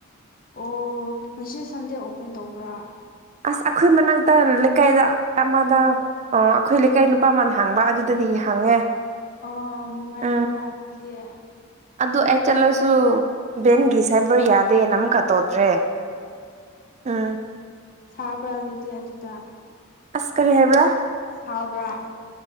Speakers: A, on the left (about 45°); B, on the right (about 35°).
A: ꯑꯣ ꯉꯁꯤ ꯁꯟꯗꯦ ꯑꯣꯄꯦꯟ ꯇꯧꯕ꯭ꯔꯥ
B: ꯑꯁ ꯑꯩꯈꯣꯏ ꯃꯅꯥꯛꯛꯇ ꯂꯩꯀꯥꯏꯗ ꯑꯃꯗ ꯑ ꯑꯩꯈꯣꯏ ꯂꯩꯀꯥꯏ ꯅꯨꯄꯥ ꯃꯅ ꯍꯥꯡꯕ ꯑꯗꯨꯗꯗꯤ ꯍꯥꯡꯉꯦ
A: ꯑꯣ ꯅꯨꯡꯉꯥꯏꯔꯅ
B: ꯎꯝ
A: ꯑꯗꯤꯇꯑꯦ
B: ꯑꯗꯨ ꯑꯩ ꯆꯠꯂꯁꯨ ꯕꯦꯟꯒꯤ ꯁꯥꯏꯕꯔ ꯌꯥꯗꯦꯅ ꯑꯃꯨꯛꯀ ꯇꯧꯗ꯭ꯔꯦ ꯎꯝ
A: ꯆꯥꯄꯖꯤꯇꯌꯥ ꯇ
B: ꯑꯁ ꯀꯔꯤ ꯍꯥꯏꯕ꯭ꯔꯥ
A: ꯁꯕ꯭ꯔꯥ